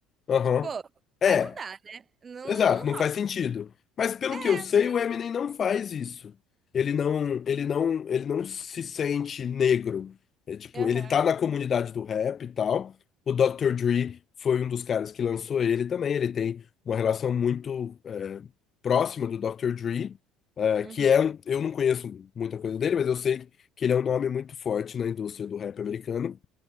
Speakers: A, on the left; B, on the right.
A: aham.
B: Tipo,
A: É.
B: aí não dá, né? Não,
A: Exato,
B: não
A: não faz sentido. Mas pelo
B: é,
A: que eu sei,
B: mas.
A: o Eminem não faz isso. Ele não, ele não, ele não se sente negro. É, tipo,
B: Aham.
A: ele tá na comunidade do rap e tal. O Dr. Dre foi um dos caras que lançou ele também. Ele tem uma relação muito é, próxima do Dr. Dre, é,
B: Uhum.
A: que é, um- eu não conheço muita coisa dele, mas eu sei que ele é um nome muito forte na indústria do rap americano.